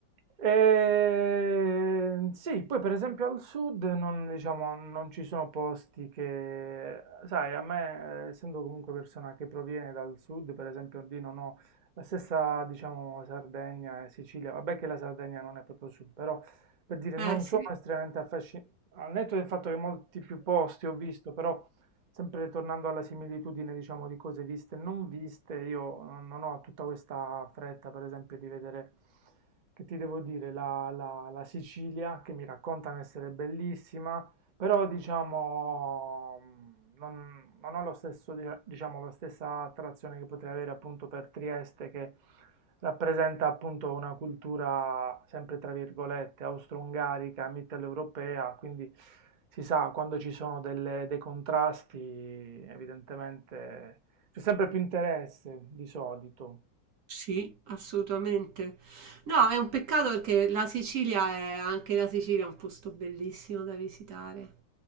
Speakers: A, on the right; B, on the right.
A: E... Sì, poi per esempio al sud non, diciamo, non ci sono posti che, sai, a me, eh, essendo comunque persona che proviene dal sud, per esempio lì non ho la stessa, diciamo, Sardegna e Sicilia, vabbè che la Sardegna non è proprio sud, però per dire
B: Eh,
A: non
B: sì.
A: sono estremamente affascinato, al netto del fatto che molti più posti ho visto, però Sempre tornando alla similitudine, diciamo, di cose viste e non viste, io non non ho tutta questa fretta, per esempio, di vedere, che ti devo dire, la, la- la Sicilia, che mi raccontano essere bellissima, però diciamo mh, non, non ho lo stesso, dic- diciamo, la stessa attrazione che potrei avere appunto per Trieste che rappresenta appunto una cultura sempre tra virgolette austro-ungarica, mitteleuropea, quindi si sa quando ci sono delle- dei contrasti evidentemente c'è sempre più interesse di solito.
B: Sì, assolutamente. No, è un peccato perché la Sicilia è anche la Sicilia è un posto bellissimo da visitare,